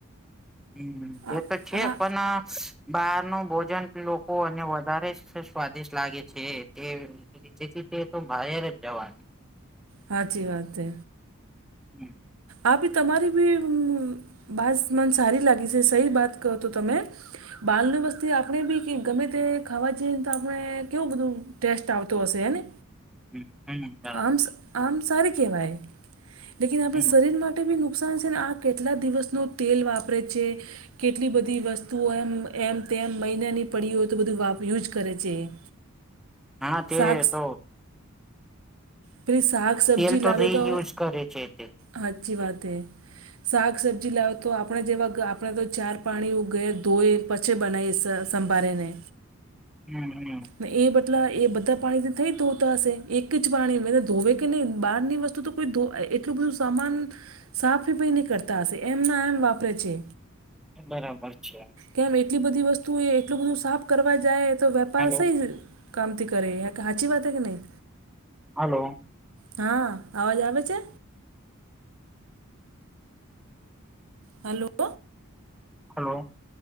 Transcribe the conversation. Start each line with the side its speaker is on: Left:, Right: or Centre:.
Centre: હમ,
Right: આ
Centre: એ તો છે
Right: હા
Centre: પણ બહાર ના ભોજન લોકો અને વધારે સ્વાદિષ્ટ લાગે છેએ તે જેથી તે તો બહર જ જવાનું
Right: હાચી વાત છે
Centre: હમ
Right: આ ભી તમારી ભી બાસ મન સારી લાગી છે સહી વાત કહો તો તમે. બાલની વસ્તી આપણે બી ગમે તે ખાવા જઈએ ને તો આપણે કેવું બધું. ટેસ્ટ આવતો હશે એને
Centre: હ હમ બરાબર
Right: આમ આમ સારી કહેવાય લેકન આપણે
Centre: હમ
Right: શરીર માટે માટે બી નુકસાન છે ને આ કેટલા દિવસનું તેલ વાપરે છે કેટલી બધી વસ્તુઓ એમ એમ તેમ મહિનાની પડી હોય તો બધું વાપ યુઝ કરે છે <inaudible>
Centre: હા તે
Right: શાક
Centre: તો
Right: પલી સાક સબ્જી
Centre: તેલ
Right: લાવે
Centre: રીયુઝ
Right: તો
Centre: કરે છે તે
Right: હાચી વાત હૈ શાક સબજી લાવ તો આપણે જેવા આપણે તો ચાર પાણી ઉ ગ ધોયી પછે બના સંભારેને
Centre: હમ હમ
Right: ને એ બટલા એ બધા પાણીથી થઈ તોતા હશે એક જ પાણી. ધોવે કે નહી બહાર ની વસ્તુ તો કોઈ એટલું બધું સામાન. સાફ રીફઈ ન કરતા હશે એમ ના એમ વાપરે છે.
Centre: બરાબર છે.
Right: કેમ એટલી બધી વસ્તુ એ એટલું બધું સાફ કરવા જાય તો વેપાર
Centre: હલો
Right: સઈ જ. કામતી કરે હાચી વાત હે કે નહી.
Centre: હલો.
Right: હા અવાજ આવે છે. હલો.
Centre: હલો.